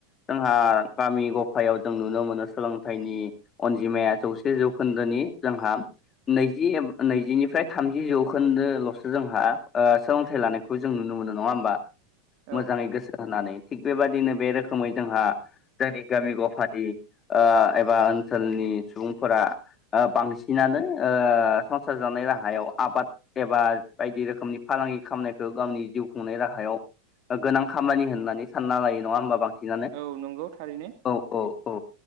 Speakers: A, on the left (about 30°); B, on the right (about 60°).
A: जोंहा गामि गफायाव जों नुनो मोनो सोलोंथाइनि अनजिमाया जौसे जौखोन्दोनि जोंहा नैजि एम नैजिनिफ्राय थामजि जौखोन्दोल'सो जोंहा ओ सोलोंथाइ लानायखौ जों नु <unintelligible> नुनो मोनो नङा होमबा मोजाङै
B: औ
A: गोसो होनानै थिग बेबादिनो बे रोखोमै जोंहा जोंनि गामि गफानि ओ एबा <unintelligible> ओनसोलनि सुबुंफोरा- ओ बांसिनानो ओ संसार जानाय राहायाव आबाद एबा बायदि रोखोमनि फाग फालांगि खानायखौ गावनि जिउ खुंनाय राहायाव गोनां खामानि होननानै सानना लायो नङा होमबा बां <unintelligible> सिनानो
B: औ नंगौ थारैनो
A: औ औ औ